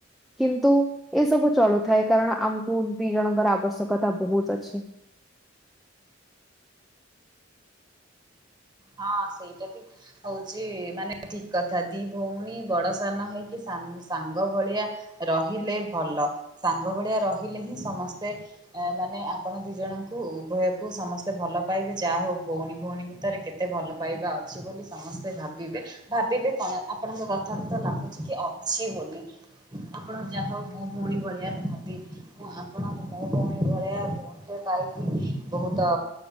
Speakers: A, in the centre; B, on the right.
A: କିନ୍ତୁ ଏ ସବୁ ଚଳୁଥାଏ କାରଣ ଆମକୁ ଦି ଜଣଙ୍କର ଆବଶ୍ୟକତା ବହୁତ ଅଛି।
B: ହଁ ସେଇଟା ବି ହଉଛି ମାନେ ଠିକ କଥା ଦି ଭଉଣୀ ବଡ ସାନ ହେଇକି ସାନ ସାଙ୍ଗ ଭଳିଆ ରହିଲେ ଭଲ। ସାଙ୍ଗ ଭଳିଆ ରହିଲେ ହିଁ ସମସ୍ତେ ମାନେ ଆପଣ ଦି ଜଣଙ୍କୁ ଉଭୟକୁ ସମସ୍ତେ ଭଲ ପାଇବେ ଯାହା ହଉ ଭଉଣୀ ଭଉଣୀ ଭିତରେ କେତେ ଏତେ ଭଲ ପାଇବା ଅଛି ବୋଲି ସମସ୍ତେ ଭାବିବେ ଭାବିବେ କଣ ଆପଣଙ୍କ କଥାରୁ ତ ଲାଗୁଛି କି ଅଛି ବୋଲି। ଆପଣ ଯାହା ହଉ ମୋ ଭଉଣୀ ଭଳିିଆ ନୁହନ୍ତି ମୁଁ ଆପଣ ମୋ ଭଉଣୀ ଭଳିିଆ ପାଇକି ବହୁତ